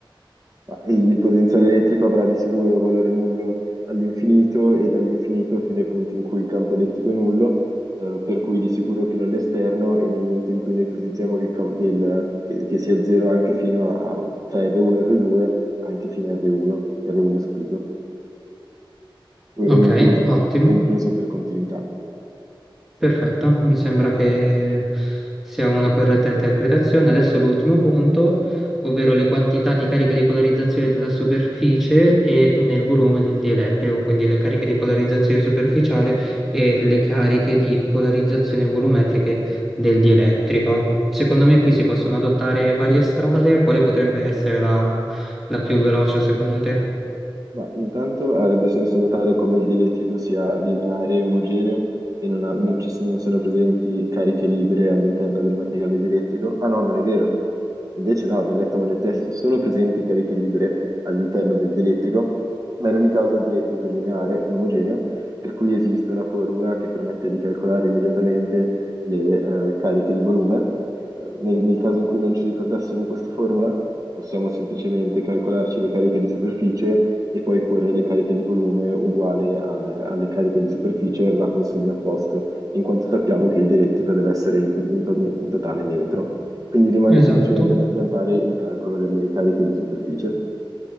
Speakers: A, on the right; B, in the centre.
A: Ma Il potenziale elettrico avrà di sicuro valore nullo all'infinito e dall'infinito fino ai punti in cui il campo elettrico è nullo, eh, per cui di sicuro fino all'esterno e nel momento in cui noi ipotizziamo che, il cam- che il- che- che sia zero anche fino a, tra R1 e R2, anche fino a R1, R1 escluso, o,
B: Ok,
A: o incluso,
B: ottimo.
A: o incluso per continuità.
B: Perfetto, mi sembra che sia una corretta interpretazione. Adesso l'ultimo punto, ovvero le quantità di carica di polarizzazione della superficie e nel volume del dielettrico, quindi le cariche di polarizzazione superficiale e le cariche di polarizzazione volumetriche del dielettrico. Secondo me qui si possono adottare varie strade, quale potrebbe essere la, la più veloce secondo te?
A: Ma intanto avrebbe senso notare come il dielettrico sia lineare e omogeneo e non, ha- non ci siano, non siano presenti cariche libere all'interno del materiale dielettrico. Ah no, non è vero. Invece no, abbiamo letto male il testo, sono presenti cariche libere all'interno del dielettrico, ma in ogni caso il dielettrico è lineare e omogeneo, per cui esiste una formula che permette di calcolare immediatamente le eh, cariche di volume. Eh, nel nel caso in cui non ci ricordassimo questa formula, possiamo semplicemente calcolarci le cariche di superficie e poi porre le cariche di volume uguale al- alle cariche di superficie, ma con segno opposto, in quanto sappiamo che il dielettrico deve essere in, to- in to- in totale neutro. Quindi rimane
B: Esatto,
A: semplicemente da affrontare il calcolo delle cariche di superficie.